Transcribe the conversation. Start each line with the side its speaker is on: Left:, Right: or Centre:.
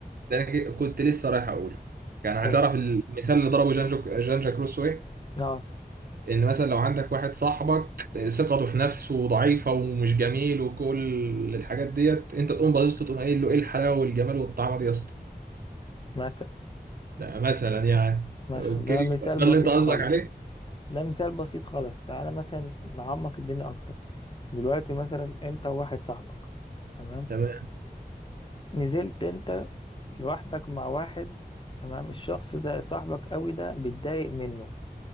Right: ده انا ك- كنت لسه رايح اقوله يعني
Left: حلو
Right: هتعرف المثال اللي ضربه جانجو جانجا كروسو ايه
Left: اه
Right: ان مثلا لو عندك واحد صاحبك ثقته في نفسه ضعيفه ومش جميل وكل الحاجات ديت انت تقوم باصص له تقوم قايل له ايه الحلاوه والجمال والطعمه دي يا اسطى
Left: مثلا
Right: ده مثلا يعني
Left: مثلا
Right: اوكي
Left: ده مثال
Right: ده
Left: بسيط
Right: اللي انت قصدك
Left: خالص
Right: عليه
Left: ده مثال بسيط خالص تعالى مثلا نعمق الدنيا اكتر دلوقتي مثلا انت وواحد صاحبك تمام
Right: تمام
Left: نزلت انت لوحدك مع واحد تمام الشخص ده صاحبك قوي ده بيتضايق منه